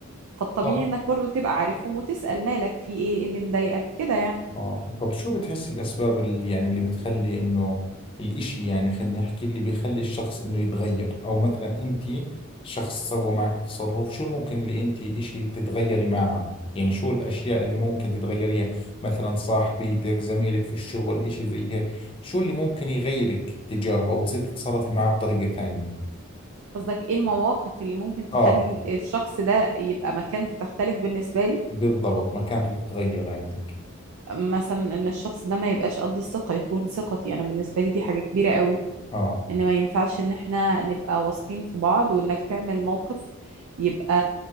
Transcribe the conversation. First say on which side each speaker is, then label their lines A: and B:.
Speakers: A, on the right (about 85°); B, on the left (about 25°).
A: فالطبيعي
B: صح
A: إنك برضو تبقى عارفهم وتسأل مالك في إيه إيه اللي مضايقك كده يعني
B: آه. طب شو بتحس الأسباب اللي يعني اللي بتخلي إنه الإشي يعني خلينا نحكي اللي بيخلي الشخص إنه يتغير أو مثلا أنت شخص سوى معك تصرف شو الممكن اللي أنت إشي تتغيري معه يعني شو الأشياء اللي ممكن تتغيريها مثلا صاحبيتك زميلك في الشغل إشي زي هيك شو اللي ممكن يغيرك تجاهه أو تصير تتصرفي معه بطريقة ثانية
A: قصدك إيه المواقف اللي ممكن تخلي
B: آه
A: الشخص ده يبقى مكانته تختلف بالنسبة لي
B: بالضبط مكانته تتغير عندك
A: مثلا إن الشخص ده ما يبقاش قد الثقة يخون ثقتي أنا بالنسبة لي دي حاجة كبيرة قوي
B: آه
A: ان ما ينفعش ان احنا نبقى واثقين في بعض وانك تعمل موقف يبقى